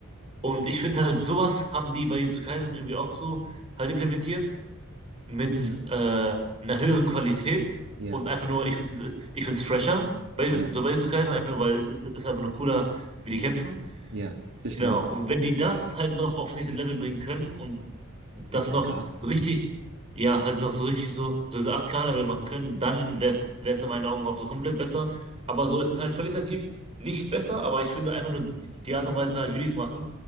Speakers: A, on the right; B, on the right.
A: Und ich finde halt, sowas haben die bei Jujutsu Kaisen irgendwie auch so halt implementiert mit
B: mhm,
A: äh, einer höheren Qualität
B: ja,
A: und einfach nur, ich finde ich find's fresher, bei,
B: ja,
A: so bei Jujutsu Kaisen, einfach nur, weil es, ist- ist einfach nur cooler, wie die kämpfen.
B: ja, bestimmt.
A: Genau, und wenn die das halt noch aufs nächste Level bringen können und das
B: 16K,
A: noch so richtig, ja, halt noch so richtig so, so diese 8K-Level machen können, dann wäre es in meinen Augen auch so komplett besser. Aber so ist es halt qualitativ nicht besser, aber ich finde einfach nur die, die Art und Weise halt, wie die es machen